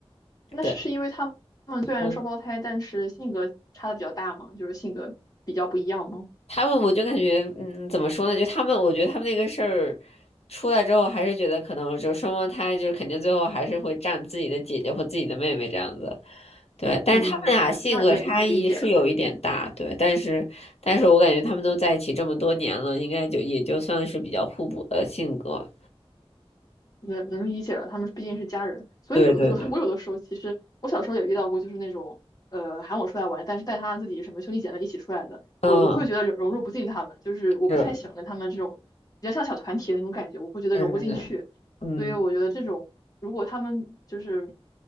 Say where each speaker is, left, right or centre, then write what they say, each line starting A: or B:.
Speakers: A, on the left; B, on the left.
A: 那是是因为他们虽然双胞胎，
B: 对。嗯
A: 但是性格差的比较大嘛，就是性格比较不一样嘛。
B: 他们我就感觉，嗯，怎么说呢？就他们，我觉得他们那个事儿出来之后，还是觉得可能就双胞胎，就是肯定最后还是会占自己的姐姐或自己的妹妹这样子。对，但是他们俩性格差异是有一点大，
A: 嗯，那也能理解了。
B: 对，但是但是我感觉他们都在一起这么多年了，应该就也就算是比较互补的性格。
A: 能能理解了，他们毕竟是家人，所以有的有的
B: 对对对，
A: <laughs> 我有的时候其实我小时候也遇到过，就是那种呃喊我出来玩，但是带他自己什么兄弟姐妹一起出来的，
B: 嗯，
A: 我我会觉得融融入不进他们，就是我不太喜欢跟他们这种比较像小团体的那种感觉，
B: 是，
A: 我会觉得融不进去。
B: 对对对，嗯，
A: 所以我觉得这种，如果他们就是，